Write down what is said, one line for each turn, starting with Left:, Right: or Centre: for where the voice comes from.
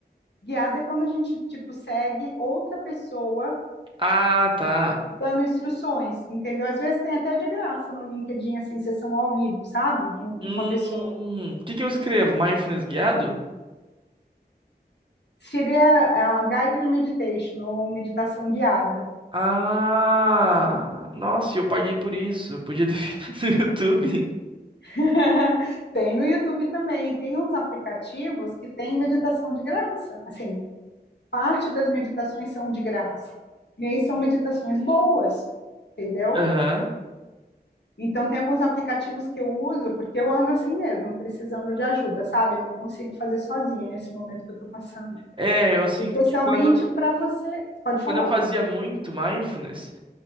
Left: Guiada é quando a gente, tipo, segue outra pessoa
Right: Ah, tá.
Left: dando instruções, entendeu? Às vezes tem até de graça no LinkedIn, assim, sessão ao vivo, sabe? De, um,
Right: Hum.
Left: de uma pessoa.
Right: O que que eu escrevo? Mindfulness guiado?
Left: Seria a guided meditation, ou meditação guiada.
Right: Ah, nossa, e eu paguei por isso. Eu podia ter <laughs> feito no YouTube.
Left: <laughs> Tem no YouTube também, e tem uns aplicativos que tem meditação de graça. Assim, parte das meditações são de graça, e aí são meditações boas, entendeu?
Right: Aham.
Left: Então, tem alguns aplicativos que eu uso, porque eu ando assim mesmo, precisando de ajuda, sabe? Eu não consigo fazer sozinha nesse momento que eu estou passando.
Right: É, eu sinto
Left: Especialmente
Right: que quando,
Left: para você, pode falar,
Right: quando eu fazia muito mindfulness,